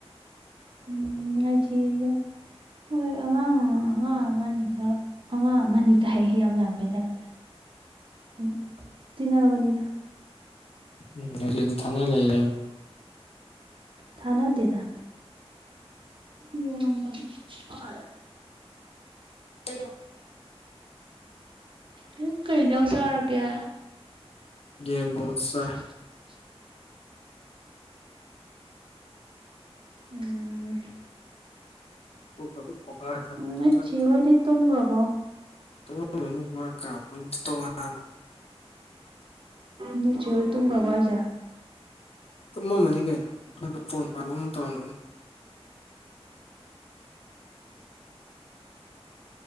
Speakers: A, on the right (about 55°); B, on the left (about 65°).
A: ꯎꯝ ꯑꯩꯁꯤꯗ ꯍꯣꯏ ꯑꯉꯥꯡ ꯑꯉꯥꯡ ꯑꯃꯅꯤ ꯈꯔ ꯑꯉꯥꯡ ꯑꯃꯅꯤꯅꯤ ꯀꯥꯏ ꯌꯥꯝ ꯌꯥꯝꯕꯩ ꯇꯥꯏꯞꯇ ꯁꯨꯝ ꯇꯤꯟꯅꯕꯅꯤꯗ
B: ꯎꯝ ꯍꯧꯖꯤꯛ ꯑꯗꯨ ꯊꯅ ꯂꯩꯔꯦ
A: ꯊꯅ ꯗꯦꯗ ꯌꯦꯡꯉꯝꯕꯅꯤ ꯋꯔꯦ
B: ꯀꯩꯅꯣ
A: ꯅꯡ ꯀꯩ ꯑꯦꯟꯖꯥꯡ ꯆꯔꯒꯦ
B: ꯌꯦꯟ ꯊꯣꯡꯕ ꯆꯥꯏ
A: <inaudible> ꯎꯝ
B: ꯄꯨꯛꯀꯗꯣ ꯄꯣꯈꯥꯏ ꯆꯥꯏ ꯆꯥꯛꯆꯥ
A: ꯅꯣꯏ ꯆꯦꯒꯥꯗꯤ ꯇꯨꯝꯒꯔꯕꯣ
B: ꯇꯨꯝꯝꯃꯅꯤ ꯃꯥ ꯇꯣꯉꯥꯟꯕ ꯀꯗ
A: ꯅꯣꯏ ꯆꯦ ꯍꯣꯌ ꯇꯨꯃꯒꯔꯕꯣ ꯍꯥꯌꯁꯦ
B: ꯀꯨꯝꯃꯝꯃꯅꯤ ꯀꯩꯅꯣ ꯅꯣꯟꯗ ꯐꯣꯟ ꯄꯥ ꯑꯃꯝ ꯇꯧꯔꯝꯒꯅꯤ